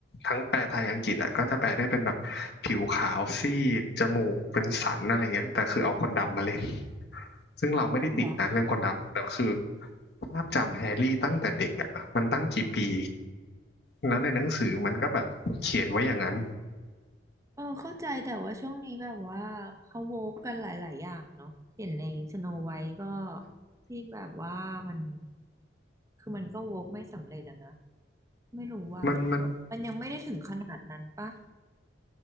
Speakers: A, on the left; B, on the right.
A: ทั้งแปลไทยอังกฤษอะก็จะแปลได้เป็นแบบผิวขาวซีดจมูกเป็นสันอะไรเงี้ยแต่คือเอาคนดำมาเล่นซึ่งเราไม่ได้ติดนะเรื่องคนดำแต่คือ
B: เหรอ
A: ภาพจำแฮร์รี่ตั้งแต่เด็กอะมันตั้งกี่ปีแล้วในหนังสือมันก็แบบเขียนไว้อย่างนั้น
B: เออเข้าใจแต่ว่าช่วงนี้แบบว่าเขาโวฟกันหลายๆอย่างเนาะเห็นในสโนไวท์ก็ที่แบบว่ามันคือมันก็โวกไม่สำเร็จอะนะไม่รู้ว่ามันมันยังไม่ได้ถึงขนาดนั้นปะ
A: มันมัน